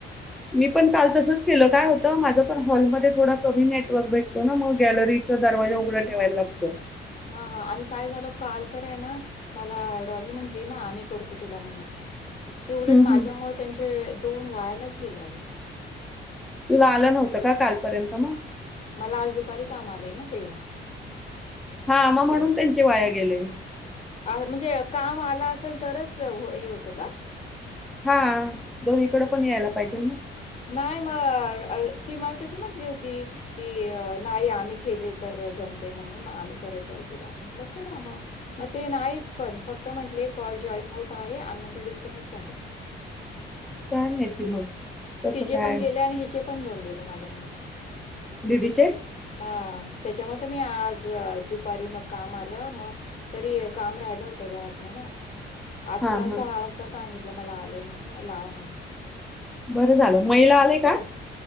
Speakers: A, in the centre; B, on the left.
A: मी पण काल तसंच केलं काय होतं माझं पण हॉलमध्ये थोडा कमी नेटवर्क भेटतो ना मग गॅलरीचा दरवाजा उघडा ठेवायला लागतो
B: हा हा आणि काय झालं काल तर आहे ना मला डॉली म्हंटली ना आम्ही करतो तुला म्हणून ते उलट
A: हम्म
B: माझ्यामुळे
A: हम्म
B: त्यांचे दोन वयालाच गेल्या अग
A: तुला आलं नव्हतं का कालपर्यंत मग
B: मला आज दुपारी काम आलंय ना ते
A: हा आमा म्हणून
B: पण
A: त्यांचे वाया गेले
B: म्हणजे काम आलं असेल तरच हे होतं का
A: हा दोन्हीकडें पण यायला पाहिजे ना
B: नाही म ती मला तशी म्हंटली होती की नाही आम्ही केले तर जमते म्हणून आम्ही करत जाऊ तुला म्हटलं करा मग मग ते नाहीच पण फक्त म्हटले कॉल जॉईन होत आहे आणि नंतर डिस्कनेट झाले मग
A: काय माती मग कसं
B: हे
A: काय
B: पण आणि हिचे पण दोन गेले माझ्यामुळेच
A: दिदीचे
B: हा त्याच्यामुळे तर मी आज दुपारी मग काम आलं मग तरी काम राहिलं होतं घरातलं ना आत्ता
A: हा हा
B: सहा वाजता सांगितले मला आले म्हणून म लावा म्हण
A: बरं झालं महिला आले का